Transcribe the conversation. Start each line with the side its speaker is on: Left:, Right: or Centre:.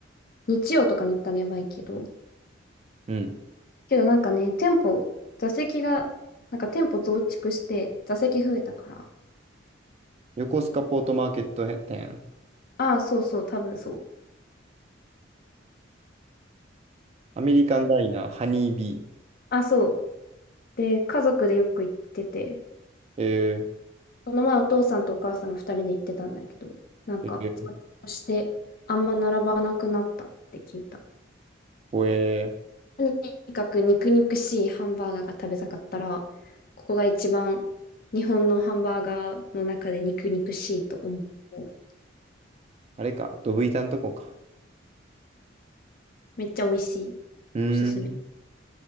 Left: 日曜とかに行ったらやばいけど。
Right: うん。
Left: けどなんかね、店舗、座席が、なんか店舗増築して、座席増えたから。
Right: 横須賀ポートマーケット店。
Left: ああ、そうそう、多分そう。
Right: アメリカンダイナー、ハニービ
Left: あ、そう。で、家族でよく行ってて、
Right: ー。え
Left: その前お父さんとお母さんが二人で行ってたんだけど、なんか、
Right: ー、えー、
Left: 座長してあんま並ばなくなったって聞いた。
Right: これ、
Left: とにかく肉肉しいハンバーガーが食べたかったら、ここが一番日本のハンバーガーの中で肉肉しいと思う。
Right: あれか、ドブ板のとこか。
Left: めっちゃ美味しい。
Right: うーん、
Left: おすすめ